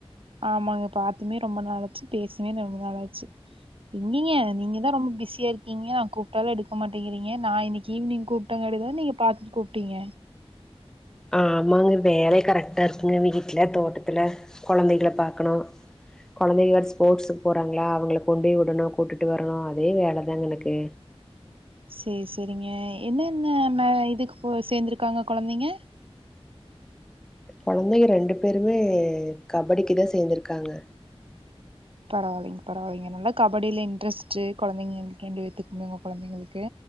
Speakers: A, on the right; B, in the centre.
A: ஆமாங்க பாத்துமே ரொம்ப நாளாச்சு பேசுமே ரொம்ப நாளாச்சு எங்கீங்க நீங்க தா ரொம்ப பிஸியா இருக்கீங்க நா கூப்பிட்டாலு எடுக்க மாட்டேங்கிறீங்க நா இன்னைக்கு ஈவினிங் கூப்பிட்டேங்க காடேதா நீங்க பாத்துட்டு கூப்ட்டீங்க
B: ஆ ஆமாங்க வேலயே கரெக்ட்டா இருக்குங்க வீட்டுல தோட்டத்துல கொழந்தைகள பாக்கணு குழந்தைங்க வேர ஸ்போர்ட்ஸுக்கு போறாங்களா அவங்கள கொண்டோய்விடணு கூட்டுட்டு வரணு அதே வேலதாங்க எனக்கு
A: சேரி சேரிங்க என்னென்ன ந இதுக்கு சேர்ந்திருக்காங்க கொழந்தைங்க
B: கொழந்தைங்க ரெண்டு பேருமே கபடிக்குதா சேந்திருக்காங்க
A: பரவாயில்லைங்க பரவாயில்லைங்க நல்லா கபடில இன்ட்ரெஸ்ட் குழந்தைங்களுக்கு ரெண்டு <inaudible> குழந்தைங்களுக்கு